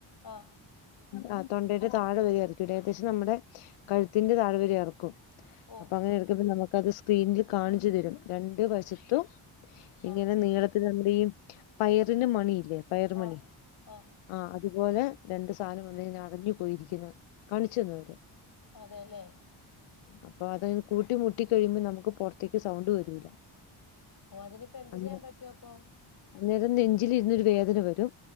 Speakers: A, on the left; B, on the left.
A: ആഹ്
B: ആഹ് തൊണ്ടയുടെ താഴെ വരെ എറക്കിവിടും ഏകദേശം നമ്മടെ കഴുത്തിന്റെ താഴെ വരെ എറക്കും
A: ഓ
B: അപ്പൊ അങ്ങനെ എറക്കുമ്പ നമുക്ക്‌ അത് സ്ക്രീനിൽ കാണിച്ചു തരും രണ്ടു വശത്തും ഇങ്ങനെ
A: ആഹ്
B: നീളത്തി നമ്മടെ ഈ പയറിന്റെ മണിയില്ലേ പയർ മണി
A: ആഹ് ആഹ്
B: ആ അതുപോലെ രണ്ടു സാനം വന്നിങ്ങനെ അടഞ്ഞു പോയിരിക്കുന്നെ കാണിച്ചന്ന് അവര്
A: അതെല്ലേ
B: അപ്പൊ അത് കൂട്ടി മുട്ടി കഴിയുമ്പോം നമുക്ക് പൊറത്തേക്ക് സൗണ്ട് വരൂല
A: ഓ അതിനിപ്പോ എന്ത്
B: അന്നേ
A: ചെയ്യാൻ പറ്റുവപ്പൊ
B: അന്നേരം നെഞ്ചിലിരുന്നൊരു വേദന വരും